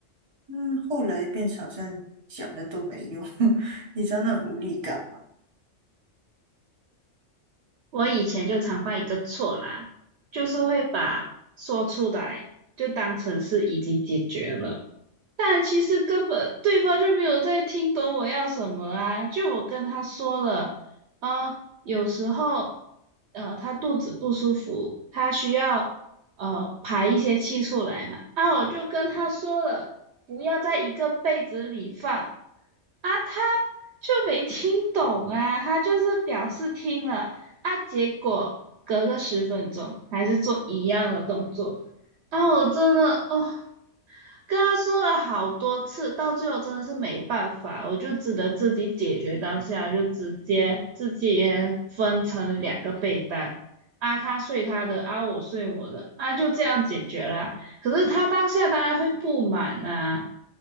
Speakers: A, on the right; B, on the right.
A: 嗯，后来变成好像讲了都没用，<laughs> 你知道那种无力感吗？
B: 我以前就常犯一个错啦，就是会把说出来就当成是已经解决了，但其实根本对方就没有在听懂我要什么啊。就我跟他说了，啊，有时候呃他肚子不舒服，他需要呃排一些气出来嘛，啊，我就跟他说了，不要在一个被子里放，啊，他就没听懂啊，他就是表示听了啊，结果隔个十分钟还是做一样的动作，啊，我真的哦，跟他说了好多次，到最后真的是没办法，我就只能自己解决当下，就直接自己分成两个被单。啊，他睡他的，啊，我睡我的，啊，就这样解决啦。可是他当下当然会不满啊，